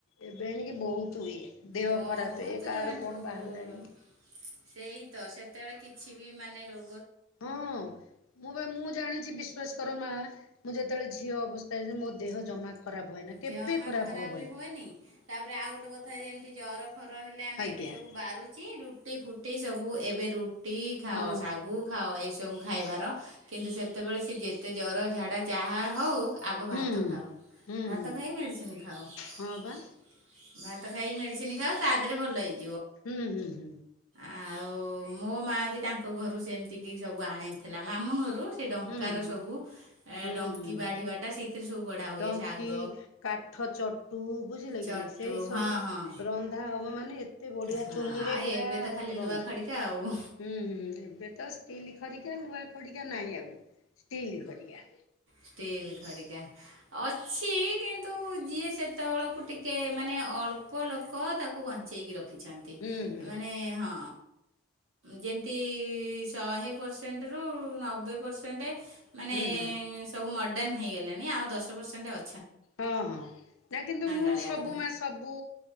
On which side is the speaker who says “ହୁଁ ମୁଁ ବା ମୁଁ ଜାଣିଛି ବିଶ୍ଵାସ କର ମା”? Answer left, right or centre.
Left